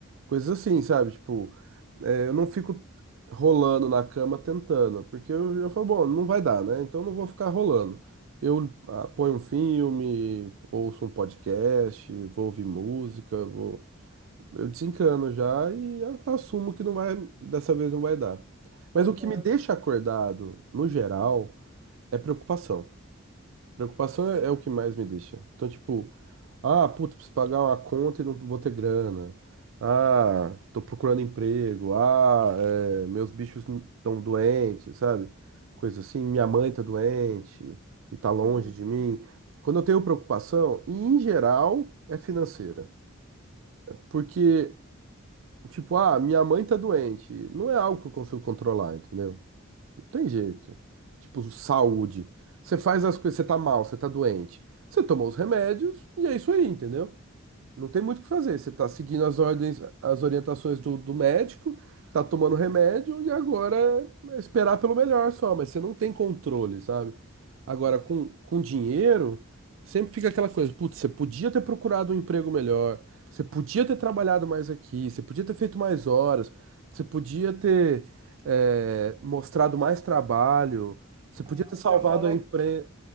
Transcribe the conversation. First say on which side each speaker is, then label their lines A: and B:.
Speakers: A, on the right; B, on the right.
A: coisas assim, sabe? Tipo, é, eu não fico rolando na cama tentando, porque eu já falo, bom, não vai dar, né? Então eu não vou ficar rolando. Eu ah, ponho um filme, ouço um podcast, vou ouvir música, vou eu desencano já e assumo que não vai, dessa vez não vai dar. Mas
B: Aham.
A: o que me deixa acordado, no geral, é preocupação. Preocupação é, é o que mais me deixa. Então, tipo, ah, puta, preciso pagar uma conta e não vou ter grana. Ah, tô procurando emprego. Ah, é, meus bichos estão doentes, sabe? Coisa assim, minha mãe tá doente e tá longe
B: Sim,
A: de mim. Quando eu tenho preocupação, e em geral é financeira. Porque Tipo, ah, minha mãe tá doente. Não é algo que eu consigo controlar, entendeu? Não tem jeito. Tipo, saúde. Você faz as coisas, você tá mal, você tá doente. Você tomou os remédios e é isso aí, entendeu? Não tem muito o que fazer. Você está seguindo as ordens, as orientações do, do médico, tá tomando remédio e agora é esperar pelo melhor só, mas você não tem controle, sabe? Agora,
B: isso.
A: com, com dinheiro, sempre fica aquela coisa, putz, você podia ter procurado um emprego melhor, você podia ter trabalhado mais aqui, você podia ter feito mais horas, você podia ter é, mostrado mais trabalho, você podia
B: Ah,
A: ter salvado
B: já rola,
A: a empresa